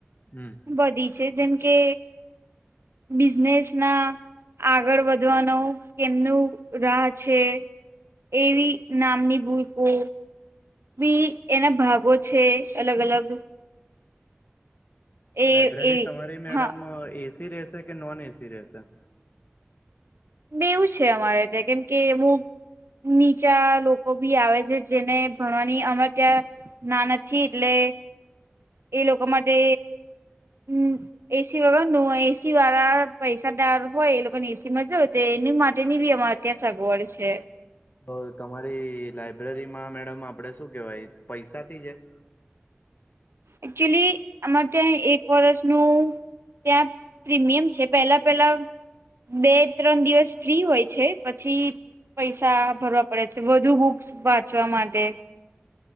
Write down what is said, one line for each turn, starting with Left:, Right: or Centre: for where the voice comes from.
Left: હમ
Right: બધી છે જેમ કે બિઝનેસ ના. આગળ વધવાનો કેમનું રાહ છે. એવી નામની ભૂલકો. બી એના ભાગો છે અલગ અલગ એ
Left: લાયબ્રેરી
Right: એ
Left: તમારી મેડમ
Right: હા
Left: અ એસી રેશે કે નોન એસી રહેશે.
Right: બે એવું છે અમારે ત્યાં કેમ કે હું. નીચા લોકો ભી આવે છે જેને ભણવાની અમર ત્યાં. ના નથી એટલે. એ લોકો માટે હમ. એસી વગર નુ એસી વાળા પૈસાદાર હોય એ લોકોને એસી માં જોવ તો એની માટેની બી અ. કેસા ગોડ છે.
Left: અ તમારી લાઈબ્રેરીમાં મેડમ આપડે શું કેવાય પૈસાથી હે.
Right: એકક્ચુલી અમારે ત્યાં એક વર્ષનુ ત્યાં પ્રીમિયમ છે પહેલા પેલા બે ત્રણ દિવસ ફ્રી હોય છે. પછી પૈસા ભરવા પડે છે વધુ બુક્સ વાંચવા માટે.